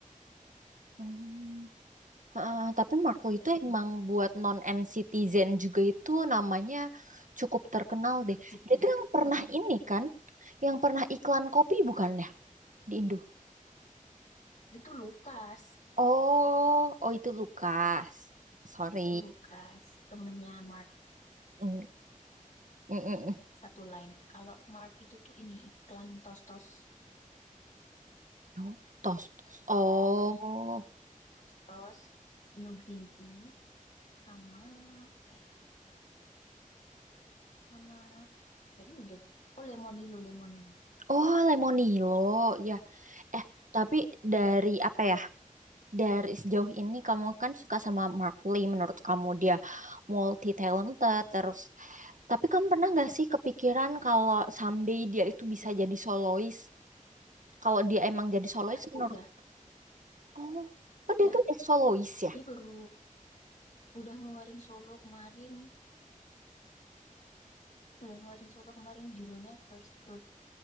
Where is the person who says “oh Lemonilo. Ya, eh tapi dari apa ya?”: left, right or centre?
Right